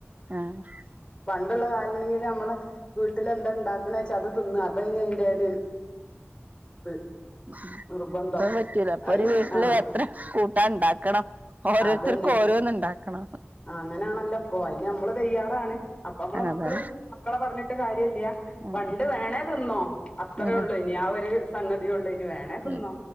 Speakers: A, on the right; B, on the left.
A: ആഹ്
B: പണ്ട്ള്ള കാല്ണെങ്കില് നമ്മള് വീട്ടില് എന്താ ഇണ്ടാ ക്ക്ണേച്ചാ അത് തിന്നാ അതയ്നി അയ്ന്റെ ഒരു ഇത്
A: ഇപ്പ്ൾഅ്
B: നിർബന്ധം
A: പറ്റൂല ഇപ്പൊഒരു
B: അത്
A: വീട്ടില്
B: ആഹ്
A: എത്ര കൂട്ടാൻ ഇണ്ടാക്കണം ഓരോര്ത്തർക്കും
B: അതന്നെ
A: ഓരോന്ന് ഇണ്ടാക്കണം
B: അങ്ങനാണല്ലോ ഇപ്പൊ അയിന് നമ്മള് തയ്യാറാണ് അപ്പ അമ്മളെ മക്കള്
A: അതാണ്
B: മക്കളെ പറഞ്ഞ്ട്ട് കാര്യല്ല
A: ഉം
B: പണ്ട് വേണേ തിന്നോ അത്രേ
A: ഉം
B: ഒള്ളേനി ആ ഒരു സംഗതിയ ഒള്ളേനി വേണ ണേതിന്നോ
A: ഉം